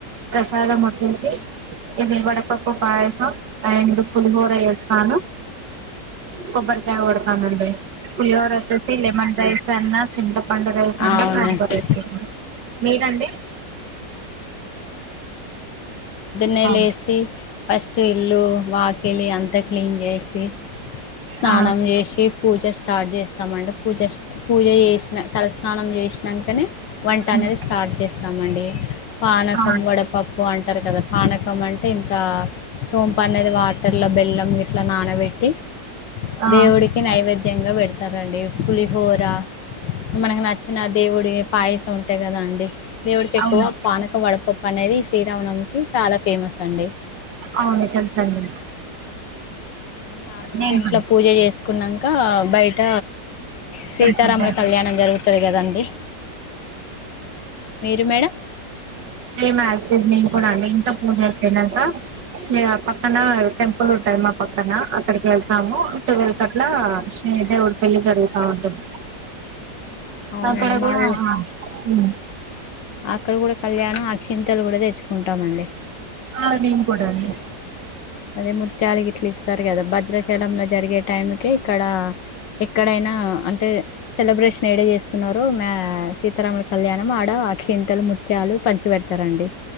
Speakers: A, on the right; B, on the left.
A: ప్రసాదం వచ్చేసి ఇది వడపప్పు పాయసం అండ్ పులిహోర వేస్తాను కొబ్బరికాయ ఓడపానడి పులివర వచ్చేసి లెమన్ రైస్ అన్నా చింతపండు రైస్ అన్నా
B: అవునండి
A: బంబ రైస్ అన్నా మీరండి
B: నే
A: అవును
B: లేచి ఫస్ట్ ఇల్లు వాకిలి అంతా క్లీన్ చేసి స్నానం
A: ఆ
B: చేసి పూజ స్టార్ట్ చేస్తామంటే పూజ పూజ చేసిన తలస్నానం చేసినాకనే వంట
A: హ్మ్
B: అనేది స్టార్ట్ చేస్తామండి పానకం
A: ఆ
B: వడపప్పు అంటారు కదా పానకం అంటే ఇంకా సోంపు అనేది వాటర్ ల బెల్లం గీట్లా నానబెట్టి
A: ఆ
B: దేవుడికి నైవేద్యంగా పెడతారండి పులిహోర మనకి నచ్చిన దేవుడివి పాయసం ఉంటాయి కదా అండి దేవుడుకి ఎక్కువ
A: అవును
B: పానకం వడపప్పు అనేది శ్రీరామనమం కి చాలా ఫేమస్ అండి
A: అవును తెలుసండి
B: ఆ నార్మల్గా
A: నేను
B: ఇంట్లో
A: కూడా
B: పూజ చేసుకున్నా ఇంకా బయట సీతారాముల
A: తెలుసు తెలుసు
B: కళ్యాణం జరుగుతది కదండీ మీరు madam
A: same as it is నేను కూడా అండి పూజ అయిపోయినాక పక్కన టెంపుల్ ఉంటది మా పక్కన అక్కడికి వెళ్తాము ట్వెల్వ్ అట్లా శ్రీని దేవుడి పెళ్లి జరుగుతా ఉంటది
B: అవునండి
A: ఆక్కడ కూడా
B: మా ఊ
A: ఆ ఉ
B: అక్కడ కూడా కళ్యాణం అక్షింతలు కూడా తెచ్చుకుంటామండి
A: ఆ నేను కూడా అండి
B: అదే ముత్యాల గిట్ల ఇస్తారు కదా భద్రాచలంలో జరిగే టైం కె ఇక్కడ ఎక్కడైనా ఆ అంటే సెలబ్రేషన్ ఏడ చేస్తున్నారు మా సీతారామ కళ్యాణం ఆడ అక్షింతలు ముత్యాలు పంచి పెడతారండి